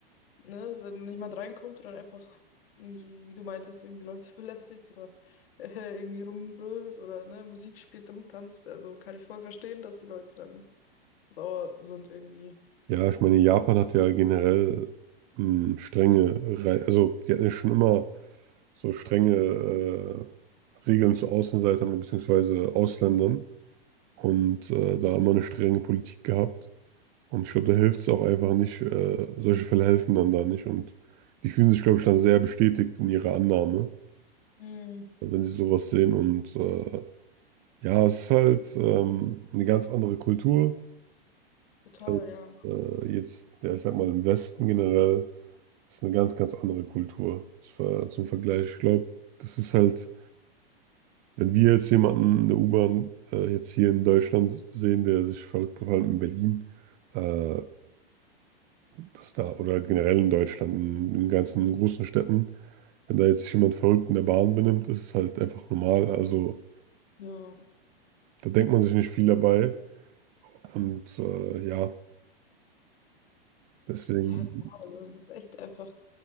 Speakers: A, on the left; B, on the right.
A: ne, wenn jemand reinkommt und dann einfach, irgendwie, wie du meintest, irgendwie Leute <laughs> belästigt oder äh, irgendwie rumbrüllt oder ne, Musik spielt, rumtanzt, also kann ich voll verstehen, dass die Leute dann sauer sind irgendwie.
B: Ja, ich meine, Japan hat ja generell ähm, strenge, Rei- also die hatten ja schon immer so strenge äh, Regeln zu Außenseitern bzw. Ausländern und äh, da immer eine strenge Politik gehabt. Und ich glaube, da hilft es auch einfach nicht, äh, solche Fälle helfen dann da nicht. Und die fühlen sich, glaube ich, dann sehr bestätigt in ihrer Annahme,
A: Mhm,
B: wenn sie sowas sehen. Und äh, ja, es ist halt ähm, eine ganz andere Kultur
A: total,
B: als
A: ja.
B: äh, jetzt, ja, ich sag mal, im Westen generell. Das ist eine ganz, ganz andere Kultur Zwar zum Vergleich. Ich glaube, das ist halt, wenn wir jetzt jemanden in der U-Bahn äh, jetzt hier in Deutschland sehen, der sich verrückt verhält in Berlin, äh, das da, oder halt generell in Deutschland, in den ganzen großen Städten, wenn da jetzt sich jemand verrückt in der Bahn benimmt, ist es halt einfach normal. Also
A: Ja.
B: da denkt man sich nicht viel dabei. Und äh, ja, deswegen,
A: Ja, boah, also es ist echt einfach.